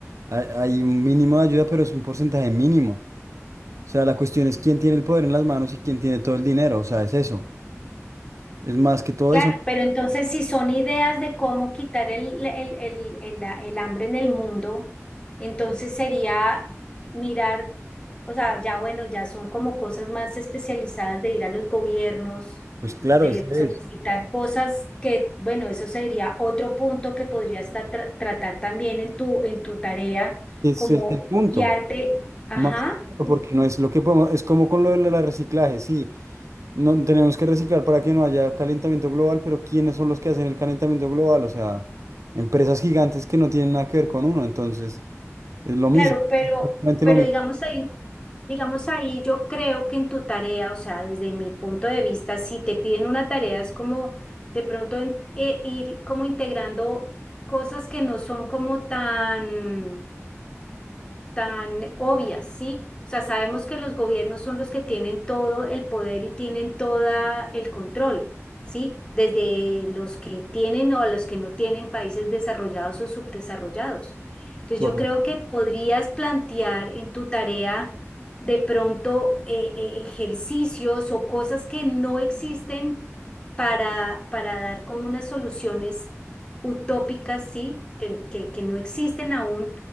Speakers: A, on the right; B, on the left.
A: hay, hay un mínimo de ayuda, pero es un porcentaje mínimo. O sea, la cuestión es quién tiene el poder en las manos y quién tiene todo el dinero. O sea, es eso. Es más que todo
B: Claro,
A: eso.
B: pero entonces si son ideas de cómo quitar el, el, el, el- la- el hambre en el mundo, entonces sería mirar, o sea, ya bueno, ya son como cosas más especializadas de ir a los gobiernos,
A: Pues claro,
B: de
A: ese
B: solicitar
A: es,
B: cosas que, bueno, eso sería otro punto que podría estar tra- tratar también en tu, en tu tarea,
A: ese
B: como
A: es el punto.
B: guiarte, ajá.
A: Más que todo, porque no es lo que podemos, es como con lo del reciclaje, sí. No, tenemos que reciclar para que no haya calentamiento global, pero ¿quiénes son los que hacen el calentamiento global? O sea, empresas gigantes que no tienen nada que ver con uno. Entonces, Es lo mismo,
B: Claro, pero,
A: exactamente
B: pero
A: lo mismo.
B: digamos ahí, digamos ahí, yo creo que en tu tarea, o sea, desde mi punto de vista, si te piden una tarea, es como de pronto en- eh, ir como integrando cosas que no son como tan tan obvias, ¿sí? O sea, sabemos que los gobiernos son los que tienen todo el poder y tienen todo el control, ¿sí? Desde los que tienen o los que no tienen países desarrollados o subdesarrollados. Entonces,
A: Correcto.
B: yo creo que podrías plantear en tu tarea de pronto eh, eh, ejercicios o cosas que no existen para, para dar como unas soluciones utópicas, ¿sí? que que- que no existen aún